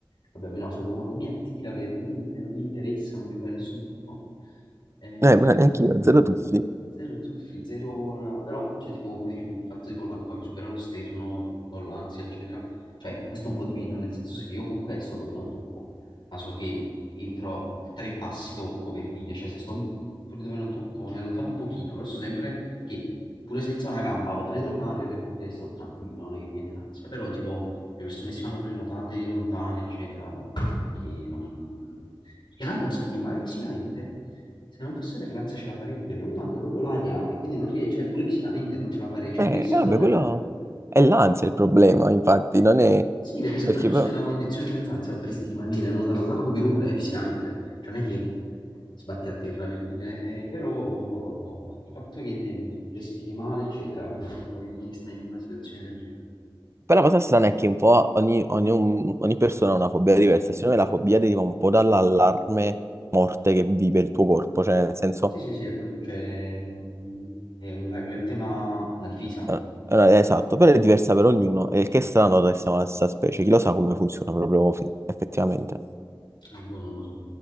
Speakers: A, on the left (about 70°); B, on the right (about 35°).
A: Vabbè, a me la cosa proprio non mi attira per niente, non mi interessa, non voglio fare nessun tuffo. Ehm,
B: Eh, ma neanche io, zero tuffi.
A: zero tuffi, zero... Però, cioè, tipo, come dici tu, il fatto tipo l'acqua mi supera lo sterno, ho l'ansia, eccetera. Cioè, questo è un po' di meno, nel senso sì, io comunque so dove non tocco, ma so che entro tre passi tocco per dire, cioè se sto pure dove non tocco, ne allontano un pochino, però so sempre che pure senza una gamba potrei tornare per dire sto tranquillo, non è che mi viene l'ansia. Però, tipo, le persone che si fanno quelle notate lontane, eccetera, no, perché non... Perché è una cosa che magari fisicamente... Se non fosse per l'ansia ce la farei pure, però mi manca proprio l'aria e quindi non riesco, cioè pure fisicamente non ce la farei, ci
B: Eh,
A: pulizzo
B: vabbè,
A: proprio.
B: quello è l'ansia il problema, infatti, non è...
A: Sì, perché se
B: Perché
A: poi tu
B: però...
A: stai in una condizione senza ansia potresti rimanere a nuotare a largo per ore eh, fisicamente, cioè non è che sbatti a terra per dire, eh, però oh, il fatto che eh, respiri male, eccetera, capito se poi stai in una situazione del genere.
B: Poi la cosa strana è che un po' ogni, ogni- ogni persona ha una fobia diversa, secondo me la fobia deriva un po' dall'allarme morte che vive il tuo corpo, cioè nel senso,
A: Sì, sì, sì, è così, cioè, mm, è, tra virgolette, una, una difesa,
B: eh, eh, esatto, però è diversa per ognuno, e il che è strano che siamo la stessa specie, chi lo sa come funziona proprio fi- effettivamente.
A: Eh, boh, non lo so.